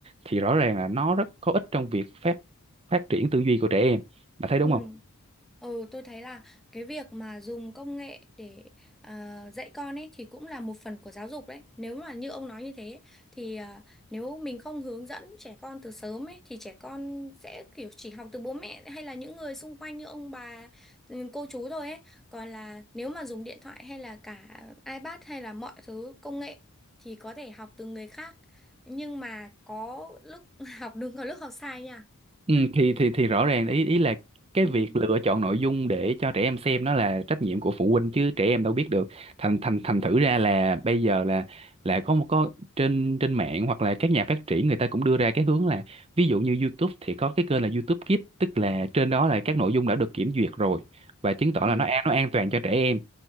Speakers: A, on the right; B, in the centre.
A: thì rõ ràng là nó rất có ích trong việc phát phát triển tư duy của trẻ em bạn thấy đúng
B: Ừ.
A: không
B: Ừ, tôi thấy là cái việc mà dùng công nghệ để ờ, dạy con ấy thì cũng là một phần của giáo dục đấy. Nếu mà như ông nói như thế ấy, thì à, nếu mình không hướng dẫn trẻ con từ sớm ấy thì trẻ con sẽ kiểu chỉ học từ bố mẹ hay là những người xung quanh như ông bà, ừ, cô chú thôi ấy. Còn là nếu mà dùng điện thoại hay là cả iPad hay là mọi thứ công nghệ thì có thể học từ người khác. Nhưng mà có lúc <laughs> học đúng có lúc học sai nha.
A: Ừ,
B: <laughs>
A: thì thì thì rõ ràng ý ý là cái
B: Ừ.
A: việc lựa chọn nội dung để cho trẻ em xem nó là trách nhiệm của phụ huynh chứ trẻ em đâu biết được thành thành thành thử ra là bây giờ là là có một có trên trên mạng hoặc là các nhà phát triển người ta cũng đưa ra cái hướng là ví dụ như YouTube thì có cái kênh là YouTube Kids tức là trên đó là các nội dung đã được kiểm duyệt rồi và chứng tỏ
B: Ừ.
A: là nó an nó an toàn cho trẻ em